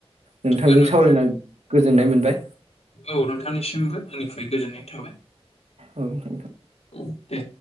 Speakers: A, on the left (about 75°); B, on the right (about 85°).
A: नंगौ
B: नोंथांजों
A: नोंथां
B: सावरायना। गोजोननाय मोनबाय
A: औ नोंथांनिसिमबो आंनिफ्राय गोजोननाय थाबाय
B: औ स
A: अ दे